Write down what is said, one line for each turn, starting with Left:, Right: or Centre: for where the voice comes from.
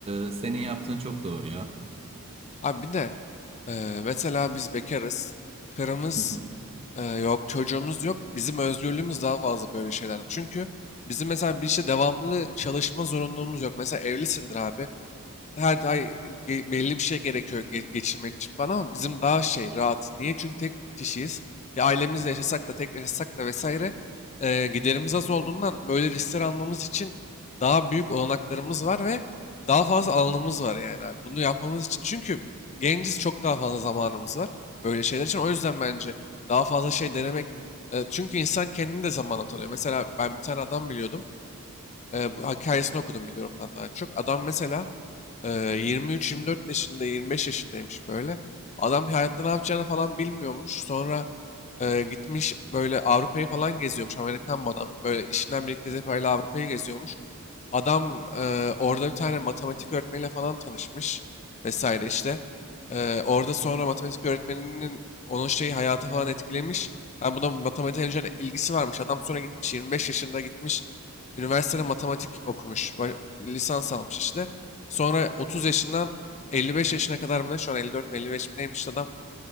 Right: e, senin yaptığın çok doğru ya.
Left: Abi bir de Ee, mesela biz bekarız. Karımız
Right: Hı hı.
Left: e, yok, çocuğumuz yok. Bizim özgürlüğümüz daha fazla böyle şeylerde. Çünkü bizim mesela bir işte devamlı çalışma zorunluluğumuz yok. Mesela evlisindir abi her ay ge- belli bir şey gerekiyor ge- geçirmek için falan ama bizim daha şey rahat. Niye? Çünkü tek kişiyiz. Ya ailemizle yaşasak da tek yaşasak da vesaire e, giderimiz az olduğundan böyle riskler almamız için daha büyük olanaklarımız var ve daha fazla alanımız var yani abi. Bunu yapmamız için çünkü genciz çok daha fazla zamanımız var böyle şeyler için. O yüzden bence daha fazla şey denemek e, çünkü insan kendini de zamanla tanıyor. Mesela ben bir tane adam biliyordum. E, bu hikayesini okudum biliyorum ben daha çok. Adam mesela ee, 23-24 yaşında, 25 yaşındaymış böyle. Adam hayatta ne yapacağını falan bilmiyormuş. Sonra e, gitmiş böyle Avrupa'yı falan geziyormuş. Amerikan bu adam. Böyle işinden birlikte Zeper'le Avrupa'yı geziyormuş. Adam e, orada bir tane matematik öğretmeniyle falan tanışmış vesaire işte. E, orada sonra matematik öğretmeninin onun şeyi hayatı falan etkilemiş. Ben buna matematiğe önceden ilgisi varmış. Adam sonra gitmiş 25 yaşında gitmiş üniversitede matematik okumuş. ba- Lisans almış işte. Sonra 30 yaşından 55 yaşına kadar mı ne? Şu an 54 mi 55 mi neymiş işte adam.